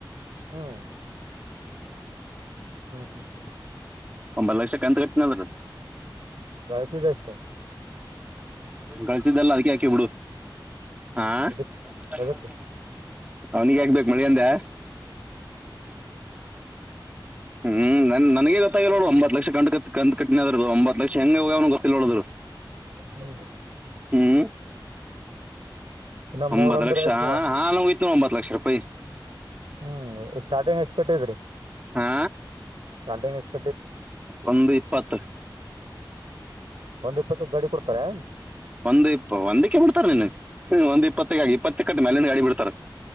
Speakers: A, on the right; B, on the right.
A: ಹ್ಮ್ ಹ್ಮ್ ಹ್ಮ್ ಹ್ಮ್
B: ಒಂಬತ್ತು ಲಕ್ಷಕ್ಕಂತ ಕಟ್ಟನದ
A: ಳಿಸಿದಷ್ಟ
B: ಕಳಸಿದ್ದಲ್ಲ ಅದಕ್ಕೆ ಯಾಕಿ ಬಿಡು ಹಾ ಬರಬ
A: ಇದಕ್ ಎದಕ್
B: ವರ್ ಅವನಿಗೆ ಯಾಗ್ಬೇಕೇು ಮಳ ಅಂದ್ಯಾ ಹ್ಮ್ ನನ್ ನನಗೆ ಗೊತ್ತಾಗಿಲ್ಲ ನೋ ಒಂಬತ್ತ್ತು ಲಕ್ಷ ಕಂಡ್ ಕ ಕ್ ಕಟ್ಟಿದದು ಒಂಬತ್ ಲಕ್ಷ ಹೆಂಂಗ ಹೋಗವ್ನು ಗೊತ್ತಿಲ್ಲೋರು
A: ಹ್ಮ್
B: ಹ್ಮ್
A: ಇನ್ನ
B: ಒಂಬತ್ತು
A: ಮೂರ್ ಅಂದ್ರೆ
B: ಲಕ್ಷ
A: ಎಷ್ಟ
B: ಹಾ ಹಾ ನೋಯತು ಒಂಬತ್ತು ಲಕ್ಷ ರೂಪಾಯಿ
A: ಹ್ಮ್ ಸ್ಟಾರ್ಟಿಂಗ್ ಎಷ್ಟ್ ಕೊಟ್ಟಿದ್ರಿ
B: ಆಾ
A: ಸಟಂಗ ಎಷ್ಟ
B: ಒಂದು ಇಪ್ಪತ್ತು
A: ಒಂದ್ ಇಪ್ಪತ್ತ ಗಾಡಿ ಕೊಡ್ತಾರೆ
B: ಒಂದ್ ಇಪ್ಪ ಒಂದಕ್ಕೆ ಬಿಡ್ತಾರ ನಿನ್ನ ಒಂದ ಇಪ್ಪತ್ತಕ್ಕಾಗಿ ಇಪ್ಪತ್ತ ಕಟ್ಟ ಮೇ ಅಲೆಿಂದ ಗಾಡಿ ಬಿಡ್ತಾರ